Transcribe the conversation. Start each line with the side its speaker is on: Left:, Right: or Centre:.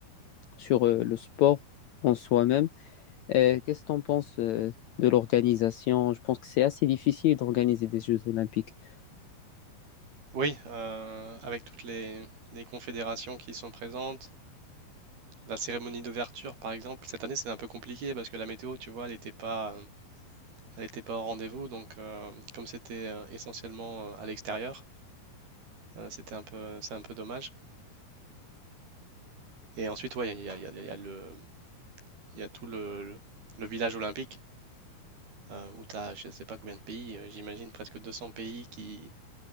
Left: sur euh, le sport en soi-même, euh, qu'est-ce que t'en penses euh, de l'organisation? Je pense que c'est assez difficile d'organiser des Jeux Olympiques.
Right: Oui, euh, avec toutes les, les confédérations qui sont présentes, la cérémonie d'ouverture par exemple. Cette année, c'était un peu compliqué parce que la météo, tu vois, elle n'était pas, euh, elle était pas au rendez-vous. Donc, euh, comme c'était euh, essentiellement euh, à l'extérieur, euh, c'était un peu, c'est un peu dommage. Et ensuite, ouais, il y a, il y a- il y a- il y a le, il y a tout le, le- le village olympique. euh, où tu as je sais pas combien de pays, euh, j'imagine presque 200 pays qui,